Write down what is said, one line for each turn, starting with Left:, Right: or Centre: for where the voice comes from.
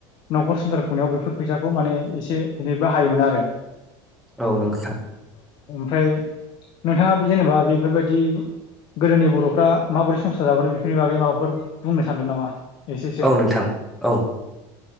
Left: नखर संसार खुंनायाव बेफोर फैसाखौ माने एसे एनैबो हायोमोन आरो।
Centre: औ नोंथां।
Left: फ्राय नोंथाङा जेनेबा बेफोरबायदि गोदोनि बर'फ्रा माबोरै संसार जाबोनो बे सोरनि बागै माबाफोर बुंनो सानदों नामा? एसेसो
Centre: औ नोंथां औ। ओ